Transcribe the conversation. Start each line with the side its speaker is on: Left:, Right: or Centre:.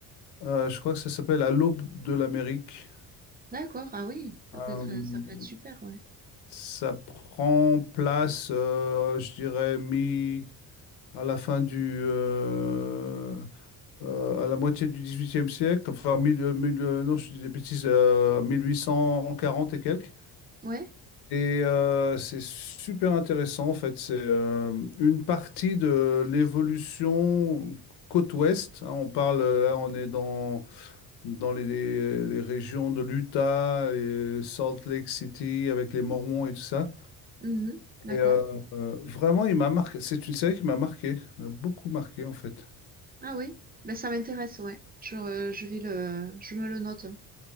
Left: euh, je crois que ça s'appelle À l'aube de l'Amérique.
Right: D'accord. Ah oui, ça
Left: Euh,
Right: peut être ça peut être super. Ouais.
Left: ça prend place, euh, je dirais, mi à la fin du euh, euh, à la moitié du XVIIIe siècle, enfin, mille- euh, mille- euh, non, je dis des bêtises, euh, 1840 et quelques.
Right: Ouais.
Left: Et euh, c'est super intéressant, en fait. C'est euh, une partie de l'évolution côte ouest. hein. on parle, euh, là, on est dans, dans les, les régions de l'Utah et Salt Lake City avec les Mormons et tout ça.
Right: Mhm. D'accord.
Left: Et euh, euh, vraiment, il m'a marqué. C'est une série qui m'a marqué, m'a beaucoup marqué, en fait.
Right: Ah oui. Ben ça m'intéresse. Ouais. Je euh, je vais le je me le note.